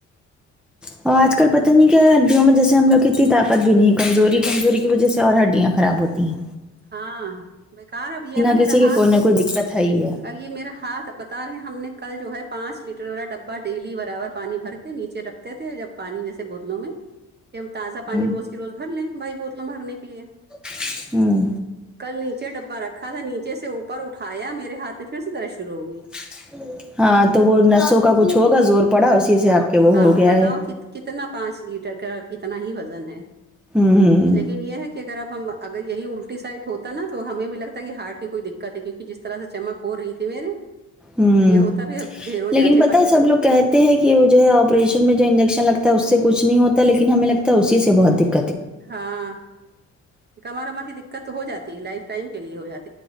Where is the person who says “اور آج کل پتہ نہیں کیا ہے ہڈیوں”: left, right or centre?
Centre